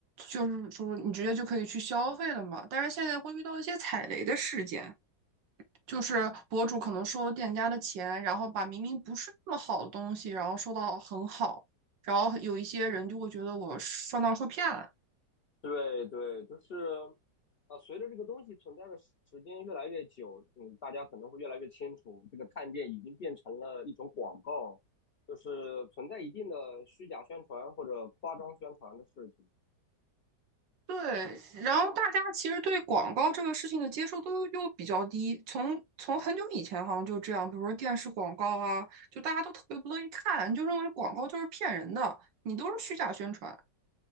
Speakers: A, on the right; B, on the left.
A: 就是说，你直接就可以去消费了嘛，但是现在会遇到一些踩雷的事件。就是博主可能收了店家的钱，然后把明明不是那么好的东西，然后说到很好，然后有一些人就会觉得我上当受骗了。
B: 对对，就是啊，随着这个东西存在的时间越来越久，嗯，大家可能会越来越清楚，这个探店已经变成了一种广告，就是存在一定的虚假宣传或者夸张宣传的事情。
A: 对，然后大家其实对广告这个事情的接受度又比较低，从从很久以前好像就这样，比如说电视广告啊，就大家都特别不乐意看，就认为广告就是骗人的，你都是虚假宣传。